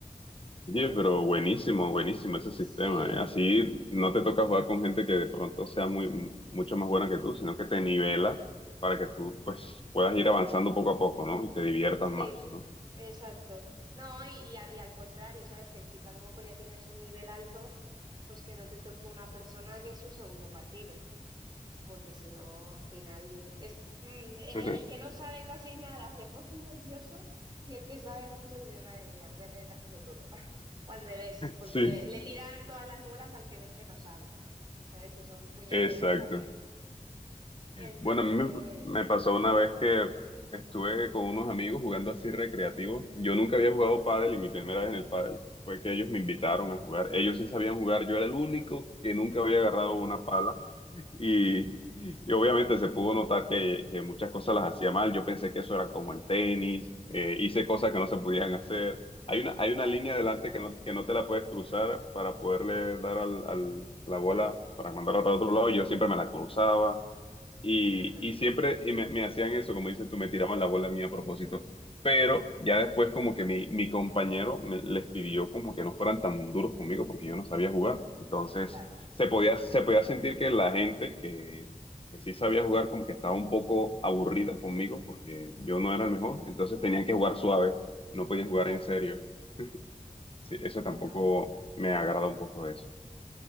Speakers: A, on the right (about 30°); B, on the left (about 40°).
A: ¿sabes?
B: Oye, pero buenísimo, buenísimo ese sistema,
A: Sí.
B: ¿eh? Así no te toca jugar con gente que de pronto sea muy, mucho más buena que tú, sino que te nivela para que tú pues puedas ir avanzando poco a poco, ¿no? Y te diviertas
A: Sí,
B: más, ¿no?
A: exacto. No, y, y a- y al contrario, ¿sabes? Que si tú a lo mejor ya tienes un nivel alto, pues que no te toque con una persona que es su segundo partido, porque si no, al final es mm, el,
B: <laughs>
A: el que no sabe casi nada se pone <laughs> nervioso y el que sabe mucho dice, madre mía, voy a tener que hacerlo todo. <laughs> O al revés, porque
B: Sí,
A: le, le tiran todas las bolas al que ven que no sabe, ¿sabes? Que son puñeteros
B: exacto.
A: también. Entonces,
B: Bueno, a mí me, me pasó
A: bueno,
B: una vez que estuve con unos amigos jugando así recreativo. Yo nunca había jugado pádel y mi primera vez en el pádel fue que ellos me invitaron a jugar. Ellos sí sabían jugar, yo era el único que nunca había agarrado una pala y, y obviamente se pudo notar que, que muchas cosas las hacía mal. Yo pensé que eso era como el tenis, eh, hice cosas que no se podían hacer. Hay una, hay una
A: claro,
B: línea delante que no, que no te la puedes cruzar para poderle dar al, al- a la bola para mandarla para otro lado. y Yo siempre me la cruzaba. Y,
A: <laughs>
B: y siempre y me, me hacían eso, como dices tú, me tiraban la bola a mí a propósito. Pero ya después como que mi, mi compañero me- les pidió como que no fueran tan duros conmigo porque yo no sabía jugar. Entonces
A: claro,
B: se podía, se podía sentir que la gente que, que sí sabía jugar como que estaba un poco aburrida conmigo porque yo no era el mejor. Entonces tenían que jugar suave, no podían jugar
A: ya.
B: en serio. <laughs> Sí, eso
A: Bueno.
B: tampoco me agrada un poco de eso,